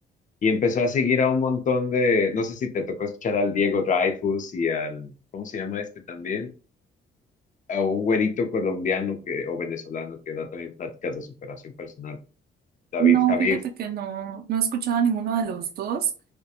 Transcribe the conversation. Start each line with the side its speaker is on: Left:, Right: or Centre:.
Left: y empezó a seguir a un montón de, no sé si te tocó escuchar al Diego Dreyfus y al, ¿cómo se llama este también? A un güerito colombiano que, o venezolano que da también pláticas de superación personal, David
Right: No,
Left: Javid.
Right: fíjate que no, no he escuchado a ninguno de los dos,